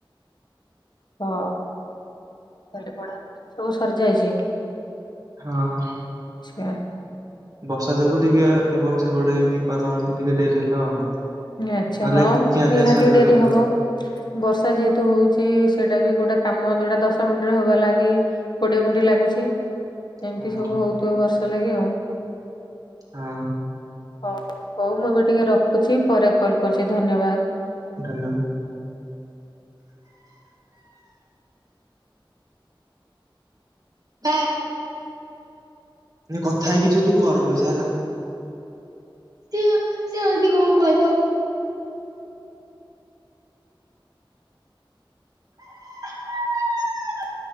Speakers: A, on the left; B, on the right.
A: ହ ତାହେଲେ ପଢାପଢି ସବୁ ସରିଯାଇଚି?
B: ହଁ।
A: ଆଚ୍ଛା।
B: ବର୍ଷା ଯୋଗୁ ଟିକିଏ ଏପଟ ସେପଟ ହେଇକି କଲା ବେଳକୁ ଟିକିଏ ଡେରି ହେଲା ଆଉ।
A: ଆଚ୍ଛା
B: ନହେଲେ
A: ହଁ
B: ଖିଆ
A: ନିହାତି
B: ପିଆ ସରିବା
A: ଡେରି
B: କଥା
A: ହବ। ବର୍ଷା ଯେହେତୁ ହୋଉଛି ସେଇଟା ବି ଗୋଟେ କାମ ଯୋଉଟା ଦଶ ମିନିଟ୍ ରେ ହବା ଲାଗି କୋଡିଏ ମିନିଟ୍ ଲାଗୁଚି। ଏମିତି
B: ହଁ
A: ସବୁ ହୋଉଥୁବ ବର୍ଷା ଲାଗି ଆଉ
B: ହଁ।
A: ହଉ ହଉ ମୁଁ ଏବେ ଟିକିଏ ରଖୁଚି ପରେ କଲ୍ କରୁଚି। ଧନ୍ୟବାଦ।
B: ଧନ୍ୟ ହେ। କଥା ହେଇକି ଯିବୁ ତୁ କର ପଇସା ହେଲା। ପିଓର୍ ସେ ଏମିତି କଣ କହିବ? <unintelligible>